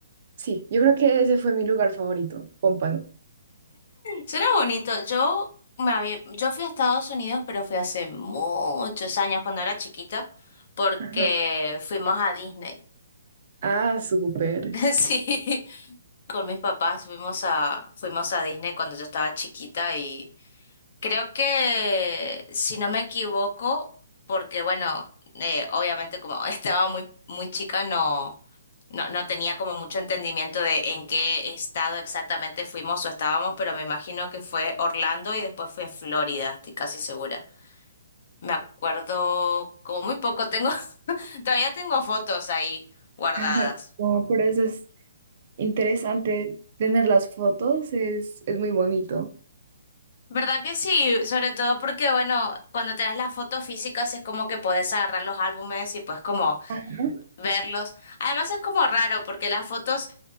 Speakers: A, on the right; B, on the left.
A: sí, yo creo que ese fue mi lugar favorito, Pómpano.
B: Suena bonito. Yo me había, yo fui a Estados Unidos, pero fui hace muchos años cuando era chiquita, porque
A: Ajá.
B: fuimos a Disney.
A: Ah, súper.
B: <laughs> Sí, con mis papás fuimos a, fuimos a Disney cuando yo estaba chiquita Creo que, si no me equivoco, porque bueno, eh, obviamente como <laughs> estaba muy, muy chica, no, no, no tenía como mucho entendimiento de en qué estado exactamente fuimos o estábamos, pero me imagino que fue Orlando y después fue Florida, estoy casi segura. Me acuerdo como muy poco, tengo, <laughs> todavía tengo fotos ahí guardadas.
A: <laughs> No, pero eso es interesante. Tener las fotos es, es muy bonito.
B: ¿Verdad que sí? Sobre todo porque, bueno, cuando tenés las fotos físicas es como que podés agarrar los álbumes y pues como
A: Ajá.
B: verlos. Además es como raro porque las fotos,